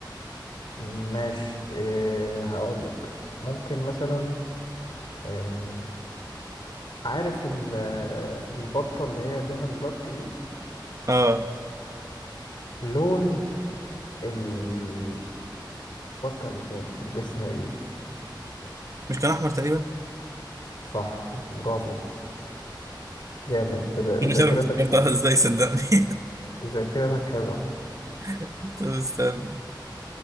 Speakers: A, on the left; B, on the right.
A: ماشي إيه هقول لك ممكن مثلا آه عارف ال- البطه اللي هي دونالد داك دي
B: اه
A: لون الكرافته اللي كانت بتلبسها ايه
B: مش كان احمر تقريبا
A: صح برافو جامد انت ذا-
B: انا
A: ذاكرتك
B: مش عارف افتكرتها
A: حلوة
B: ازاي صدقني
A: ذاكرتك حلوة
B: <laughs> طب استنى